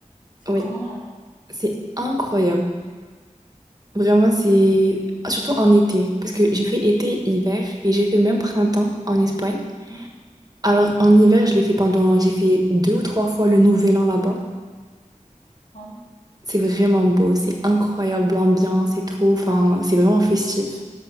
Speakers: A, on the left (about 80°); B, on the right (about 30°).
A: c'est
B: Oui,
A: comment là-bas?
B: c'est incroyable. Vraiment, c'est... Surtout en été, parce que j'ai fait été, hiver, et j'ai fait même printemps en Espagne.
A: Mhm.
B: Alors, en hiver, je l'ai fait pendant... J'ai fait deux ou trois fois le Nouvel An là-bas.
A: Oh.
B: C'est vraiment beau, c'est incroyable l'ambiance et tout. Enfin, c'est vraiment festif.